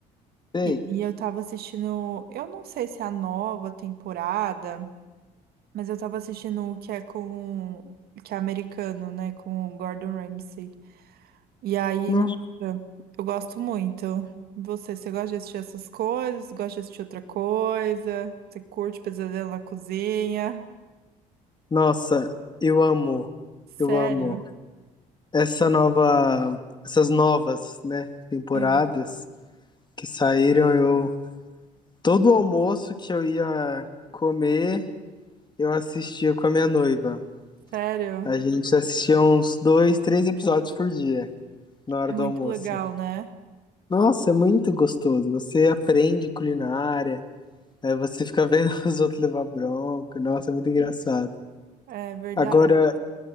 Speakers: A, on the left; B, on the right.
A: sei.
B: E aí eu tava assistindo, eu não sei se é a nova temporada. Mas eu tava assistindo o que é com. que é americano, né? Com o Gordon Ramsay. E aí,
A: não.
B: nossa, eu gosto muito. E Você, você gosta de assistir essas coisas? Gosta de assistir outra coisa? Você curte Pesadelo na Cozinha?
A: Nossa, eu amo,
B: Sério?
A: eu amo essa nova, essas novas, né, temporadas
B: É,
A: que saíram. Eu todo almoço que eu ia comer, eu assistia com a minha noiva.
B: Sério?
A: A gente assistia uns dois, três episódios por dia na hora
B: É muito
A: do almoço.
B: legal, né?
A: Nossa, é muito gostoso. Você aprende culinária, aí você fica vendo <laughs> os outros levar bronca. Nossa, é muito engraçado.
B: É verdade.
A: Agora